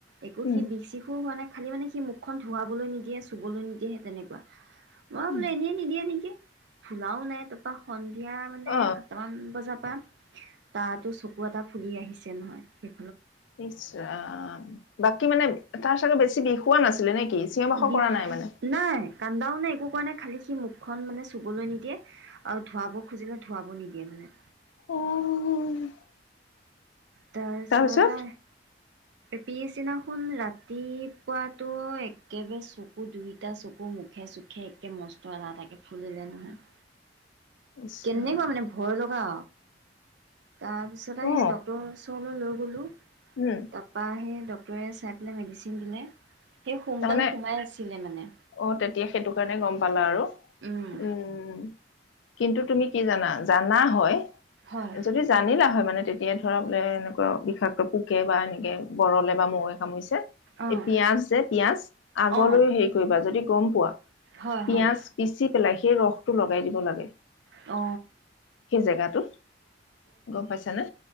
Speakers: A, on the right (about 70°); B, on the left (about 85°).
A: একো
B: উম
A: সি বিষ চিষো হোৱা নাই। খালি মানে সি মুখখন ধুৱাবলৈ নিদিয়ে চুবলৈ নিদিয়েহে তেনেকুৱা, মই
B: উম
A: বোলো এনেই নিদিয়ে নেকি? ফুলাও নাই তাৰপা সন্ধিয়া মানে
B: অ
A: সাতটামান বজাৰ পৰা তাতো চকু এটা ফুলি আহিছে নহয় সেই
B: ইছৰাম বাকী মানে তাৰ চাগে বেছি বিষোৱা নাছিলে নেকি? চিঞৰ বাখৰ
A: বি
B: কৰা নাই মানে
A: নাই কান্দাও নাই একো পোৱা নে খালি সি মুখখন মানে চুবলৈ নিদিয়ে আৰু ধুৱাব খুজিলে ধুৱাব নিদিয়ে মানে।
B: অহ
A: তাপিছত
B: তাৰপিছত
A: আ পিছদিনাখন ৰাতিপুৱাতো একেবাৰে চকু দুইটা চকু ম মুখে চুখে একে মস্ত এটা এটাকে ফুলিলে নহয়।
B: ইছ
A: কেনেকুৱা
B: ৰাম
A: মানে ভয় লগা তাৰ পিছত আহে
B: অ
A: ডক্তৰ ওচৰলৈ লৈ গলোঁ
B: উম
A: তাৰ পৰা সেই ড ৰে চাই পেলাই মেডিচ দিলে সেই সোমদাল
B: তাৰমানে
A: সোমাই আছিলে মানে
B: অ তেতিয়া সেইটো কাৰণে গম পালা আৰু,
A: উম
B: উম কিন্তু তুমি কি জানা? জানা হয়
A: হয়
B: যদি জানিলা হয় মানে তেতিয়া এতিয়া ধৰা বোলে এনেকুৱা বিষাপ্ত পোকে বা এনেকৈ বৰলে বা মৌৱে কামুৰিছে
A: অঁ
B: এই পিয়াজ যে পিয়াজ আগলৈ
A: অঁ
B: হেৰি কৰিবা যদি গম পোৱা
A: হয়
B: পিয়াজ
A: হয়
B: পিচি পেলাই সেই ৰসটো লগাই দিব লাগে।
A: অ।
B: সেই জেগাটোত গম পাইছা নে